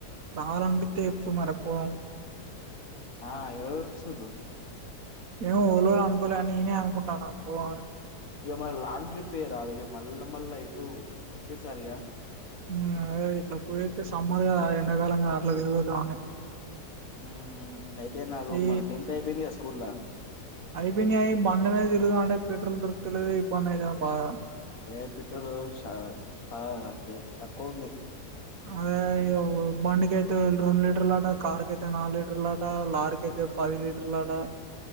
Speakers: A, on the right; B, on the left.
A: రావాలనిపిత్తే చెప్పు మరపో
B: ఆ ఎవరేవర్ వొస్సుర్రు
A: ఏమో ఓలోల్ అనుకోలే అని నేనే అనుకుంటన్న పోదమ్ అని
B: ఇగ మర్ లాంగ్ ట్రిప్ ఎయ్యారాదు ఇగ మళ్ళా మళ్ళా ఇటు ఒకే సారిగా
A: ఉమ్ అదే ఇట్లా పోయతే సమ్మర్ గదా ఎండాకాలం గదా అట్లా దిరీగొద్దాం అని
B: ఉహు అయితే నాకు
A: ఈ
B: మన టెన్త్ అయిపోయింది కదా స్కూల్లా
A: అయిపోన్య ఇ బండ్ల మీద తిరుగుదాం అంటే పెట్రోల్ దొరుకుతాలేదు ఇబ్బంది అయిత బాగ
B: ఏ పిట్రోల్ చ చాలా అగ్ వెబ్ తక్కువుంది
A: అదే ఇయివు బండి కి అయితే రొంన్ లీటర్లు లాట కార్ కాయితే నాల్ లీటర్లు లాట లార్ కయిత్ పది లీటర్లు లట